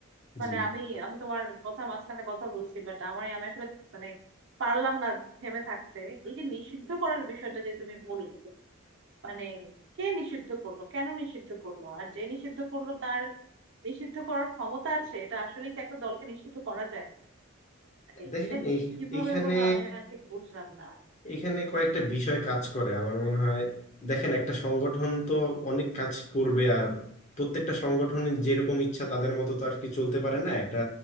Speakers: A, on the right; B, on the left.
A: মানে
B: জি
A: আমি আমি তোমার কথা মাঝখানে কথা বলছি বাট আমার আমি আসলে মানে পারলাম না থেমে থাকতে এই যে নিষিদ্ধ করার বিষয়টা যে তুমি বললে মানে কে নিষিদ্ধ করলো কেন নিষিদ্ধ করলো আর যে নিষিদ্ধ করলো তার নিষিদ্ধ করার ক্ষমতা আছে এটা আসলে কি একটা দলকে নিষিদ্ধ করা যায় মানে
B: দেখেন
A: এটা
B: এই
A: কিভাবে
B: এইখানে
A: হলো আমি না ঠিক বুঝলাম না
B: এখানে কয়েকটা বিষয় কাজ করে আমার মনে হয় দেখেন একটা সংগঠন তো অনেক কাজ করবে আর প্রত্যেকটা সংগঠনের যেরকম ইচ্ছা তাদের মতো তো আর কি চলতে পারে না একটা